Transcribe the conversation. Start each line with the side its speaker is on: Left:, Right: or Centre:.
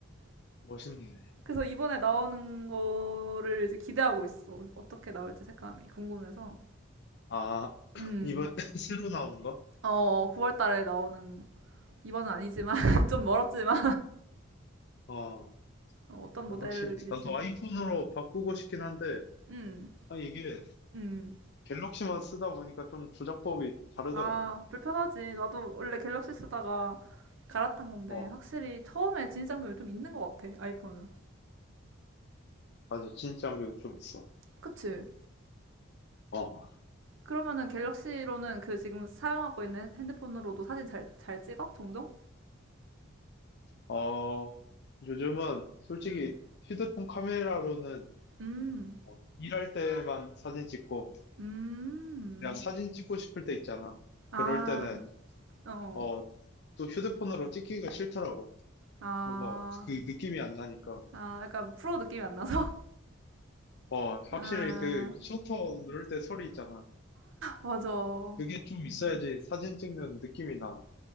Left: 멋있네.
Right: <laughs> 그래서 이번에 나오는 거를 이제 기대하고 있어. 어떻게 나올지 색감이 궁금해서.
Left: 아, <clears throat> <laughs>
Right: 음.
Left: 이번 <laughs> 새로 나오는 거?
Right: 어, 9월 달에
Left: 음.
Right: 나오는 이번은 아니지만 <laughs> 좀 멀었지만
Left: 어,
Right: 어, 어떤
Left: 그래,
Right: 모델일지.
Left: 확실히. 나도 아이폰으로 바꾸고 싶긴 한데,
Right: 음.
Left: 아, 이게
Right: 음.
Left: 갤럭시만 쓰다 보니까 좀 조작법이 다르더라고.
Right: 아, 불편하지. 나도 원래 갤럭시 쓰다가 갈아탄 건데
Left: 어,
Right: 확실히 처음에 진입장벽이 좀 있는 것 같아. 아이폰은.
Left: 맞아. 진짜 장벽도좀 있어.
Right: 그치?
Left: 어.
Right: 그러면은 갤럭시로는 그 지금 사용하고 있는 핸드폰으로도 사진 잘, 잘 찍어? 종종?
Left: 어, 요즘은 솔직히
Right: 음.
Left: 휴대폰 카메라로는
Right: 음.
Left: 어, 일할 때만 사진 찍고,
Right: 음.
Left: 내가 사진 찍고 싶을 때 있잖아.
Right: 아.
Left: 그럴 때는,
Right: 어. 어.
Left: 어, 또 휴대폰으로 찍기가 싫더라고.
Right: 아.
Left: 뭔가 그 느낌이 안 나니까.
Right: 아, 약간 프로 느낌이 안 나서?
Left: 어, 확실히
Right: <laughs> 아,
Left: 그 셔터 누를 때 소리 있잖아.
Right: 맞아.
Left: 그게 좀 있어야지 사진 찍는 느낌이 나.